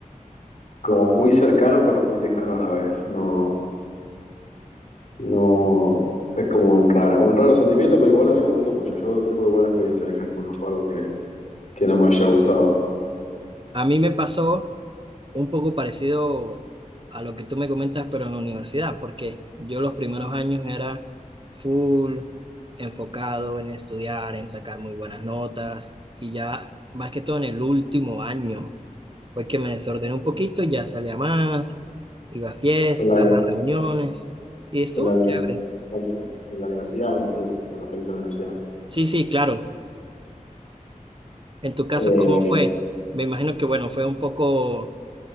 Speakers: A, on the left; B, on the right.
A: como muy cercano, pero muy lejano a la vez. No, No, es como un raro, un raro sentimiento, pero igual a mí me gustó mucho. Yo tuve buena experiencia de high school, no fue algo que, que no me haya gustado.
B: A mí me pasó un poco parecido a lo que tú me comentas, pero en la universidad, porque yo los primeros años era full enfocado en estudiar, en sacar muy buenas notas, y ya más que todo en el último año fue que me desordené un poquito, ya salía más, iba a fiestas,
A: En la, uni-
B: a reuniones, y estuvo
A: en la,
B: chévere.
A: uni- en, en la universidad, me decís, te referís a la universidad.
B: Sí, sí, claro. En tu caso,
A: Eh,
B: ¿cómo fue? Me imagino que, bueno, fue un poco